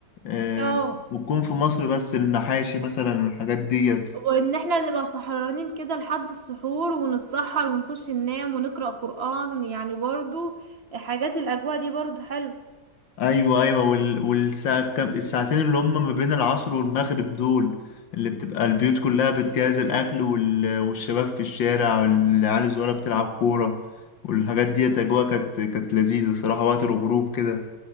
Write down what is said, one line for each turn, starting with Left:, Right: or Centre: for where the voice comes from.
Left: آه.
Right: اه
Left: وتكون في مصر بس المحاشي مثلا والحاجات دي
Right: وان احنا نبقى سهرانين كده لحد السحور ونتسحر ونخش ننام ونقرأ قرآن يعني برضو حاجات الاجواء دي برضو حلو
Left: ايوه ايوه وال... والساعة كام الساعتين اللي هم ما بين العصر والمغرب دول اللي بتبقى البيوت كلها بتجهز الاكل وال... والشباب في الشارع والعيال الصغيره بتلعب كوره والحاجات ديت اجواء كانت كانت لذيذه صراحه وقت الغروب كده